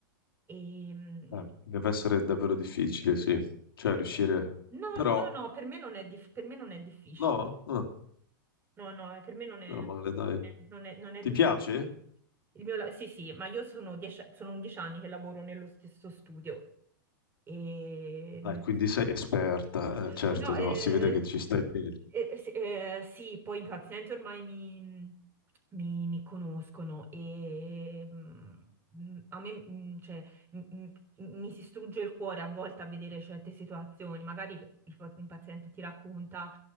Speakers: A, on the right; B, on the left.
A: E, mm,
B: Eh, deve essere davvero difficile, sì. Cioè, riuscire...
A: eh, no,
B: Però,
A: no, no, per me non è, dif- per me non è difficile.
B: no? Ah,
A: No, no, eh, per me non è,
B: meno male, dai.
A: non è, non è
B: Ti
A: difficile.
B: piace?
A: Il mio la- sì, sì, ma io sono, dieci, sono 11 anni che lavoro nello stesso studio. E
B: Dai, quindi sei esperta. Eh, certo,
A: No, eh,
B: no, si vede che ci stai bene.
A: eh, eh, sì, eh, sì, poi i pazienti ormai mi, mi- mi conoscono e mm, mm, a me mm, cioè, m- m- mi si strugge il cuore a volte a vedere certe situazioni. Magari il pa- un paziente ti racconta